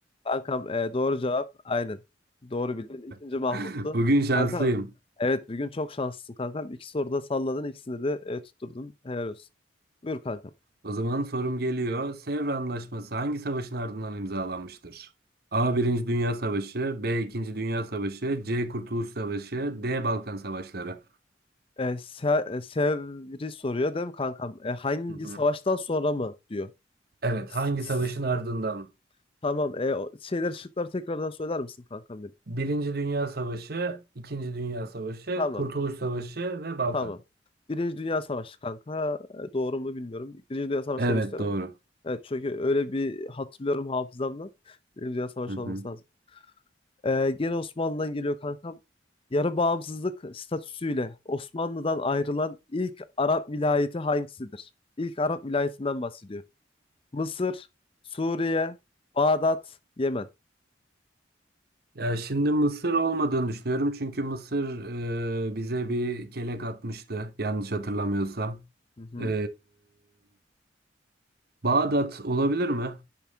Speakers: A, on the left (about 30°); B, on the right (about 55°).
A: Kankam e, doğru cevap aynen. Doğru bildin. İkinci
B: <laughs>
A: Mahmut'tu.
B: Bugün şanslıyım.
A: Kankam evet bugün çok şanslısın kankam. İki soruda salladın, ikisinde de e, tutturdun. Helal olsun. Buyur kankam.
B: O zaman sorum geliyor. Sevr Anlaşması hangi savaşın ardından imzalanmıştır? A. Birinci Dünya Savaşı, B. İkinci Dünya Savaşı, C. Kurtuluş Savaşı, D. Balkan Savaşları.
A: E, Se- e, Sevri soruyor değil mi kankam? E, hangi
B: Hı hı.
A: savaştan sonra mı diyor.
B: Evet,
A: S-
B: hangi
A: s-
B: savaşın ardından?
A: Tamam. E, o şeyler şıkları tekrardan söyler misin kankam benim?
B: Birinci Dünya Savaşı, İkinci Dünya Savaşı,
A: Tamam.
B: Kurtuluş Savaşı ve Balkan.
A: Tamam. Birinci Dünya Savaşı kanka. E, doğru mu bilmiyorum. Birinci Dünya Savaşı
B: Evet,
A: demek istiyorum.
B: doğru.
A: Evet çünkü öyle bir hatırlıyorum hafızamdan. Birinci Dünya Savaşı
B: Hı hı.
A: olması lazım. E, gene Osmanlı'dan geliyor kankam. Yarı bağımsızlık statüsüyle Osmanlı'dan ayrılan ilk Arap vilayeti hangisidir? İlk Arap vilayetinden bahsediyor. Mısır, Suriye, Bağdat, Yemen.
B: Ya şimdi Mısır olmadığını düşünüyorum çünkü Mısır e, bize bir kelek atmıştı yanlış hatırlamıyorsam.
A: Hı hı.
B: E, Bağdat olabilir mi?